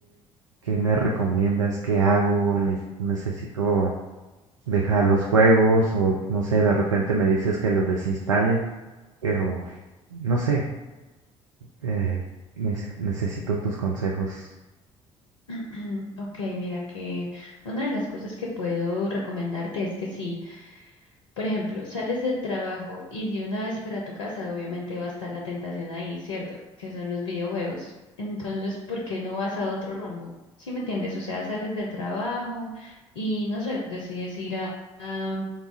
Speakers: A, on the right (about 85°); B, on the left (about 80°).
A: ¿Qué me recomiendas? ¿Qué hago? Ne- Necesito dejar los juegos o no sé, de repente me dices que los desinstale, pero no sé, eh, nece- necesito tus consejos.
B: <clears throat> Ok, mira que una de las cosas que puedo recomendarte es que sí Por ejemplo, sales del trabajo y de una vez para tu casa, obviamente va a estar la tentación ahí, ¿cierto? Que son los videojuegos. Entonces, ¿por qué no vas a otro rumbo? ¿Sí me entiendes? O sea, sales del trabajo y, no sé, decides ir a, a,